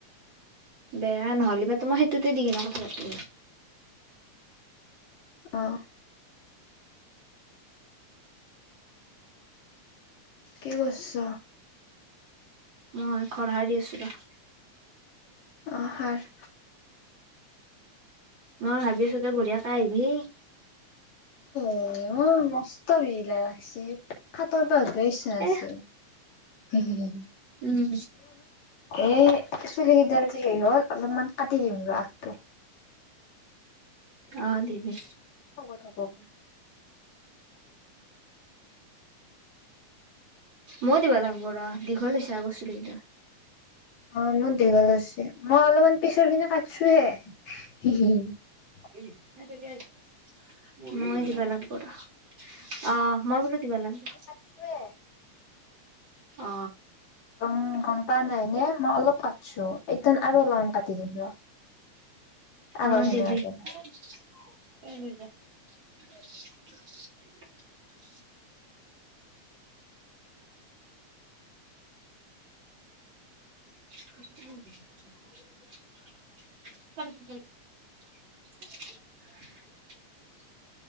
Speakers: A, on the right; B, on the left.
A: বেয়া নহলেবা মই সেইটোতে দি কিনে কথা পাতিম।
B: অঁ। কি কৰিছ?
A: মই খৰ হাৰি দি আছোঁ ৰ <inaudible>
B: অ' হাৰ।
A: মই ভাবি আছো তই বঢ়িয় কে আহিবি।
B: স মোৰ মস্ত ভিলা লাগছে হাতৰ <inaudible> ত বেছ ন আছে
A: এ
B: <inaudible> <unintelligible>
A: উম।
B: এ চুলি কেইডাল যে সেই হ'ল অলপমান কাটি দিম ৰ আগটো।
A: অ দিবি।
B: শকত থব
A: ময় দিবা লাগিব ৰ দীঘল হৈছে আগৰ চুলি কেইটা।
B: অ মোন দীঘল হৈছে মই অলপমান পিছৰ খিনি কাটছোহে। <unintelligible>
A: ই সেই তাইকে আইবে। মই দিবা লাগবো ৰ, অ মই বোলো দিবা লাগবো।
B: কাটছোৱে।
A: অ।
B: গম গম পোৱা নাই নে? মই অলপ কাটিছো এইতান আৰু অলপমান কাটি দিম ৰ। আগৰ
A: অ',
B: সেনেকুৱাটো
A: দিবি। <unintelligible> <unintelligible> <unintelligible>